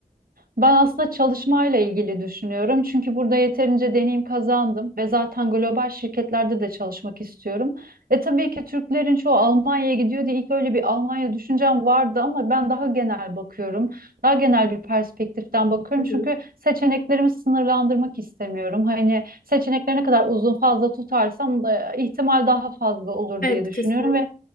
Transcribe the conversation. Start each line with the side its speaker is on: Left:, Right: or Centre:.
Right: Ben aslında çalışmayla ilgili düşünüyorum. Çünkü burada yeterince deneyim kazandım ve zaten global şirketlerde de çalışmak istiyorum. E tabii ki Türklerin çoğu Almanya'ya gidiyor diye ilk öyle bir Almanya düşüncem vardı ama ben daha genel bakıyorum. Daha genel bir perspektiften bakıyorum.
Left: Hı
Right: Çünkü
Left: hı.
Right: seçeneklerimi sınırlandırmak istemiyorum. Hani seçenekleri ne kadar uzun fazla tutarsam e, ihtimal daha fazla olur
Left: Evet
Right: diye düşünüyorum
Left: kesin.
Right: ve